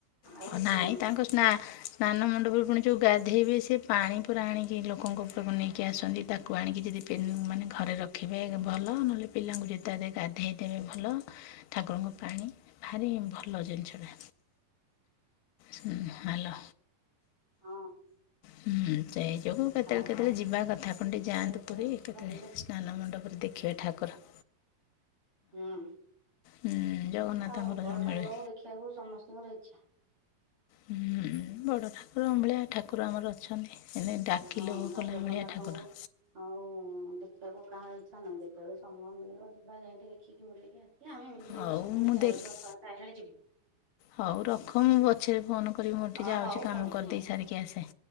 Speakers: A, on the right (about 30°); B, on the left (about 85°).
A: ଆଉ
B: ହ ନାଇଁ
A: ତ
B: ତାଙ୍କ ସ୍ ସ୍ନାନ ମଣ୍ଡପରେ ପୁଣି ଯଉ ଗାଧେଇବେ ସେ ପାଣି ପ ଆଣିକି ଲୋକଙ୍କ ଉପରକୁ ନେଇକି ଆସନ୍ତି ତାକୁ ଆଣିକି ଯଦି ମାନେ ଘରେ ରଖିବେ ଭଲ ନହେଲେ ପିଲାଙ୍କୁ ଜୋତା ଦେଇ ଗାଧୋଇ ଦେବେ ଭଲ ଠାକୁରଙ୍କ ପାଣି ଭାରି ଭଲ ଜିନିଷଟା। ହ୍ୟାଲୋ।
A: ହଁ।
B: ହୁଁ ସେଇ। ନି ଯୋଗୁଁ କେତେବେଳେ
A: ହଁ ହଁ
B: କେତେବେଳେ ଯିବା
A: କଣ
B: କଥା
A: ଦେଖିବା
B: ଆପଣ କେତେବେଳେ ଯାଆନ୍ତୁ
A: କେତେବେଳେ
B: ପୁରୀ
A: ସୁବିଧା
B: କେତେବେଳେ
A: ହେଲେ
B: ସ୍ନାନ ମଣ୍ଡପରେ ଦେଖିବେ ଠାକୁର।
A: ହଁ।
B: ହୁଁ ଜଗନ୍ନାଥଙ୍କର
A: ଆଉ ବଡ଼
B: ଯୋଉ
A: ଠାକୁରଙ୍କୁ
B: ମିଳେ
A: ଦେଖିବାକୁ ସମସ୍ତଙ୍କର ଇଚ୍ଛା।
B: ହୁଁ ବଡ ଠାକୁର ଭଳିଆ ଠାକୁର ଆମର ଅଛନ୍ତି। ହେ ଡାକିଲେ
A: ହଁ
B: ଓ
A: ଆଉ
B: କଲା
A: ଜଗନ୍ନାଥଙ୍କୁ
B: ଭଳିଆ ଠାକୁର।
A: ଆଉ ଦେଖିବାକୁ କାହା ଇଚ୍ଛା ନାହିଁ ଯେତେବେଳେ ସମୟ ମିଳିବ ଯିବା ଯୋଇ ଟିକେ ଦେଖିକି ବୁଲିକି ଆ ହେ ଆମ ଏମିତିରେ
B: ହଉ
A: ସବୁବେଳେ
B: ମୁଁ
A: ଯାଉଛ
B: ଦେଖ
A: ରଥଯାତ୍ରା ହେଲାଣି ଯିବୁ।
B: ହଉ ରଖ ମୁଁ ପଛରେ ଫୋନ କରିବି ମୋର ଟିକେ
A: ହଁ
B: ଯାଉଛି
A: ହଉ
B: କାମ
A: ହଉ
B: କରିଦେଇ
A: ଠିକ୍
B: ସାରିକି ଆସେ।